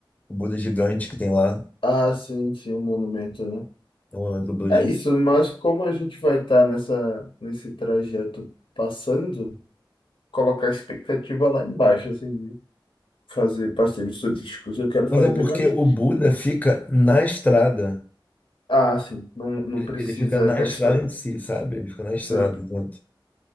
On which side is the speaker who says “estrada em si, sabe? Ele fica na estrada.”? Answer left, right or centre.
Left